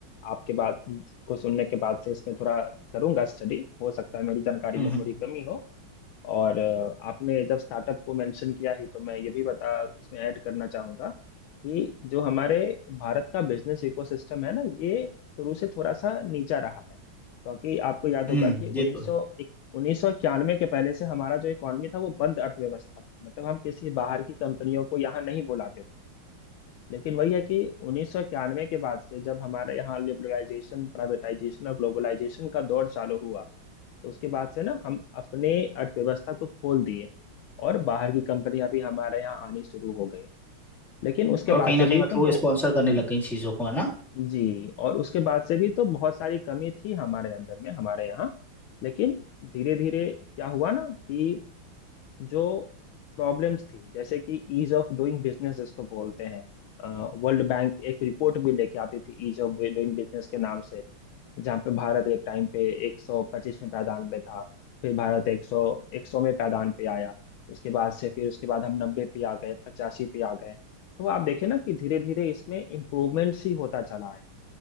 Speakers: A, on the left; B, in the centre.
A: आपके बात को सुनने के बाद से इसमें थोड़ा करूंगा स्टडी हो सकता है मेरी जानकारी
B: हम्म
A: में
B: हम्म
A: थोड़ी कमी हो और अ, आपने जब स्टार्टअप को मेंशन किया ही तो मैं ये भी बता इसमें ऐड करना चाहूंगा कि जो हमारे भारत का बिजनेस इकोसिस्टम है ना ये शुरू से थोड़ा सा नीचा रहा है क्योंकि आपको याद
B: हम्म,
A: होगा कि
B: ये
A: उन्नीस
B: तो है
A: सौ उन्नीस सौ इक्यानवे के पहले से हमारा जो इकोनॉमी था वो बंद अर्थव्यवस्था था मतलब हम किसी बाहर की कंपनियों को यहाँ नहीं बुलाते थे लेकिन वही है कि उन्नीस सौ इक्यानवे के बाद से जब हमारे यहाँ लिबरलाइजेशन प्राइवेटाइजेशन और ग्लोबलाइजेशन का दौर चालू हुआ तो उसके बाद से ना हम अपने अर्थव्यवस्था को खोल दिए और बाहर की कंपनियां भी हमारे यहाँ आनी शुरू हो गई लेकिन उसके
B: और
A: बाद
B: कहीं
A: से
B: ना कहीं
A: भी
B: मतलब
A: तो मो-
B: वो स्पॉन्सर करने लग गए इन चीजों को है ना
A: जी और उसके बाद से भी तो बहुत सारी कमी थी हमारे अंदर में हमारे यहाँ लेकिन धीरे धीरे क्या हुआ ना कि जो प्रॉब्लम्स थी जैसे कि ईज ऑफ डूइंग बिजनेस इसको बोलते हैं वर्ल्ड बैंक एक रिपोर्ट भी लेके आती थी ईज ऑफ डूइंग बिजनेस के नाम से जहाँ पे भारत एक टाइम पे 125वें पायदान पे था फिर भारत 100 100वें पायदान पे आया उसके बाद से फिर उसके बाद हम 90 पे आ गए 85 पे आ गए तो आप देखें ना कि धीरे धीरे इसमें इम्प्रूवमेंट्स ही होता चला है